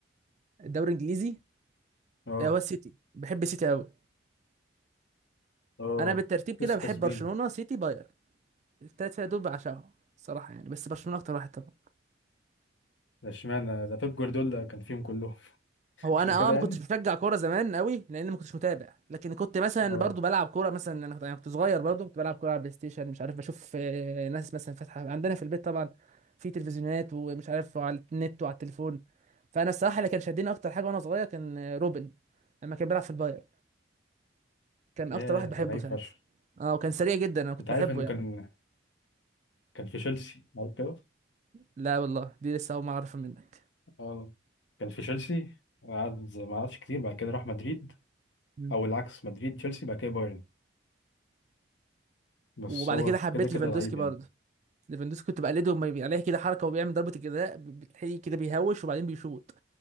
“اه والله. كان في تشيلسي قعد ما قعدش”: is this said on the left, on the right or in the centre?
Left